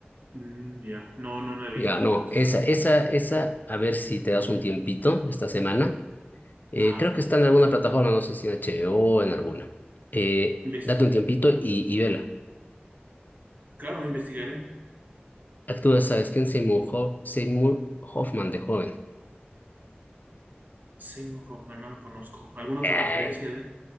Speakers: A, on the right (about 45°); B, on the left (about 50°).
A: Mm, ya, No, no la he visto
B: Ya,
A: entonces.
B: no, esa, esa, esa, a ver si te das un tiempito esta semana. Eh,
A: Ajá,
B: creo que está en alguna plataforma, no sé si en HBO o o en alguna. Eh,
A: investi-
B: date un tiempito y, y vela.
A: claro, investigaré.
B: Actúa, ¿sabes quién? Seymour, Ho- Seymour Hoffman de joven.
A: Seymour Hoffman, no lo conozco. ¿Alguna otra
B: Eh,
A: referencia de?